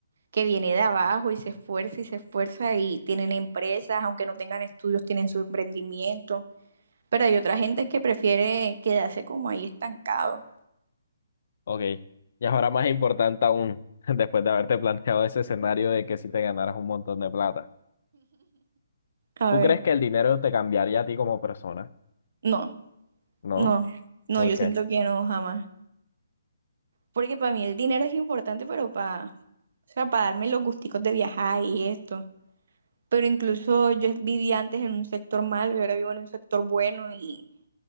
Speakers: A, on the right; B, on the left.
A: que viene de abajo y se esfuerza y se esfuerza y tienen empresas, aunque no tengan estudios, tienen su emprendimiento. Pero hay otra gente que prefiere quedarse como ahí estancado.
B: Ok. Y ahora más importante aún, <laughs> después de haberte planteado ese escenario de que si te ganaras un montón de plata,
A: A
B: ¿tú
A: ver,
B: crees que el dinero te cambiaría a ti como persona?
A: no,
B: ¿No?
A: no, no,
B: ¿Por
A: yo
B: qué?
A: siento que no, jamás. Porque para mí el dinero es importante, pero para, o sea, para darme los gusticos de viajar y esto. Pero incluso yo vivía antes en un sector malo y ahora vivo en un sector bueno y